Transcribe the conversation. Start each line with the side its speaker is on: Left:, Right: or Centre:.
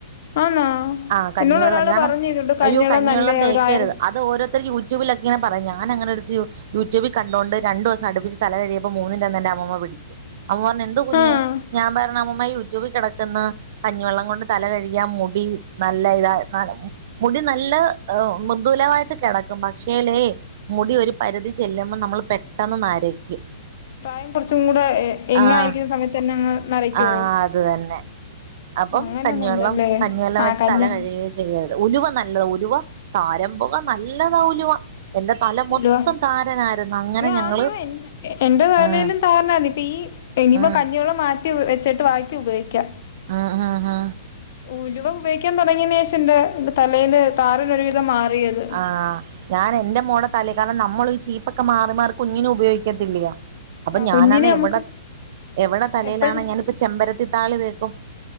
Left: ആന്നാ
Right: ആഹ് കഞ്ഞിവെള്ളം
Left: എന്നോട് ഒരാള്
Right: ഞാൻ
Left: പറഞ്ഞു ഇതുണ്ട്
Right: അയ്യോ കഞ്ഞിവെള്ളം
Left: നല്ലയാ
Right: തേക്കരുത്
Left: ഒരു ആയിര
Right: അത് ഓരോര്ത്തര് യൂടൂബിലക്കങ്ങെനെ പറിം ഞാന അങ്ങനെഒരൂസം യൂട്യൂബിൽ കണ്ടുകോണ്ട് ര ണ്ടുസം അടുപ്പിച്ച് തല കഴ്കി അപ്പം മൂന്നിന്റെ അന്നന്നെ അമ്മമ്മ പിടിച്ചു അമ്മമ്മ പറഞ് എന്ത് കുഞ്ഞേ
Left: ആഹ്
Right: ഞാൻ പറഞ്ഞമ്മ മ്മ യൂട്യൂബിൽ കെടക്കുന്ന കഞ്ഞിവെള്ളം കൊണ്ട് തല കഴികായാ മുടി നല്ല ഇത ന മുടി നല്ല എഹ്‌ മൃദുലമായിട്ട് കെടക്കും, പക്ഷേല്ലേ മുടി ഒരു പരിധി ചെല്ലുമ്പം നമ്മള് പെട്ടെന്ന് നരക്കും.
Left: പ്രായം കുറച്ചും കൂടെ എ എങ്ങ്
Right: ആഹ്
Left: ആയിരിക്കുന്ന സമയത്ത് തന്നെ അങ്ങ് നരയ്ക്കോ?
Right: ആഹ് അത് തന്നെ അപ്പം
Left: അങ്ങനൊന്നുംണ്ടല്ലേ
Right: കഞ്ഞിവെള്ളം കഞ്ഞിവെള്ളം
Left: ആഹ്
Right: വെച്ച്
Left: കല്യാ
Right: തല കഴുകുകയും ചെയ്യരുത്, ഉലുവ നല്ലതാ ഉലുവ താരം പോകാൻ നല്ലതാ ഉലുവ എന്റെ തല മൊത്തം
Left: ഉലുവ
Right: താരനാരുന്നു അങ്ങനെ
Left: അയ്യോ
Right: ഞങ്ങള്
Left: ആന്നിയോ എന്റെ എന്റെ തലേലും
Right: ഉം
Left: താരനാണ് ഇപ്പ ഈ ഇനിപ്പ
Right: ഉം
Left: കഞ്ഞിവെള്ളം മാറ്റി വെ വെച്ചിട്ട് വാക്കി ഉപയോഗിക്കാ
Right: ആഹ് ആഹ് ആഹ്
Left: ഉലുവ ഉപയോഗിക്കാൻ തുടങ്ങിയന് ശേഷം ഇന്റെ തലയില് താരന് ഒരുവിധം മാറിയത്.
Right: ആഹ് ഞാൻ എന്റെ മോളെ തലെ കാരണം നമ്മളി ഈ ചീപ്പൊക്കെ മാറി മാറി കുഞ്ഞിനും ഉപയോഗിക്കത്തില്ലിയ അപ്പൊ
Left: ആഹ്
Right: ഞാനാന്ന്
Left: കുഞ്ഞിന് നമുക്ക്
Right: എവിടെ എവിടെ തലയിലാണ്
Left: എപ്പഴും
Right: ഞാനിപ്പോ ചെമ്പരത്തി താളി തേക്കും.